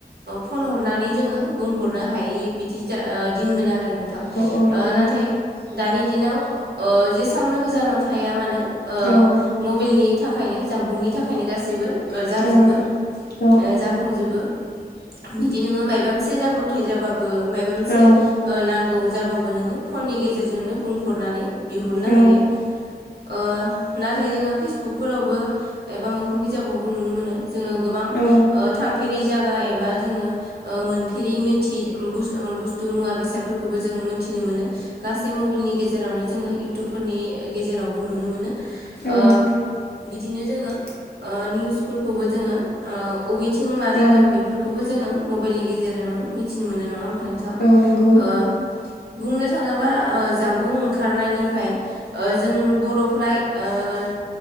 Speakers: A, on the right (about 80°); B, on the left (about 75°).
A: फन हरनानै जोङो बुंहरनो हायि बिदि जा दिनमोन आरो नों थां ओ
B: औ नंगौ
A: नाथाय दानि दिनाव जेसांनो गोजानाव थाया मानो ओ-मबाइलनि
B: औ
A: थाखायनो जामबुंनि थाखायनो गासैबो जाजोबो
B: नंगौ औ
A: ओ-जाफुंजोबो बिदि नोङो माबा मोनसे जाब्रब उथाय जाबाबो माबा मोनसे
B: औ
A: ओ नांगौ जाबाबो नोङो फननि गेजेरजोंनो बुंहरनानै बिहरनो
B: औ
A: हायो ओ नाथाय जोङो फेसबुकफोरावबो एबा मोखां बिजाबावबो नुनो मोनो जोङो गोबां
B: औ
A: ओ-थांफेरै जागा एबा जोङो ओ-मोनफेरि मोनथि बुस्तु एबा बेसादफोरखौबो जोङो मोन्थिनो मोनो गासै मबाइलनि गेजेरावनो जोङो इउटुबफोरनि गेजेरावबो नुनो मोनो
B: औ
A: ओ बिदिनो जोङो ओ निउसफोरखौबो जोङो ओ-अबेथिं मा जादों
B: औ
A: बेफोरखौबो जोङो मबाइलनि गेजेरावनो मिथिनो मोनो नङा होनबा नों थां
B: औ नंगौ
A: ओ-बुंनो थाङोबा ओ-जामबुं ओंखारनायनि फ्राय जों बरफोरा ओ‌